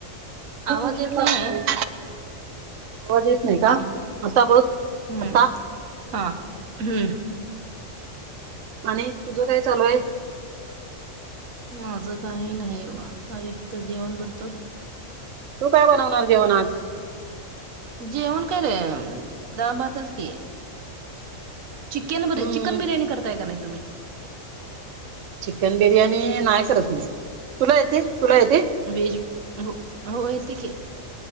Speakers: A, on the right; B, on the right.
A: खूप
B: आवाज
A: उशीर
B: येत
A: लागत
B: नाहीेये.
A: नाही आवाज येत नाही
B: हम्म,
A: का
B: हम्म.
A: आता बघ
B: हम्म.
A: आता
B: हा. हम्म.
A: आणि तुझं काय, चालूय?
B: बोला. माझं काही नाही बघा. अरे आ तर जेवण बनतोय.
A: तू काय बनवणार, जेवण आज?
B: जेवण क रे. दा - भातच की. चिकन ब
A: हम्म
B: चिकन बिर्याणी करताय का नाही तुम्ही.
A: चिकन बिर्याणी नाही करत मी तुला येते तुला येते.
B: वेहेज हो हो येते की.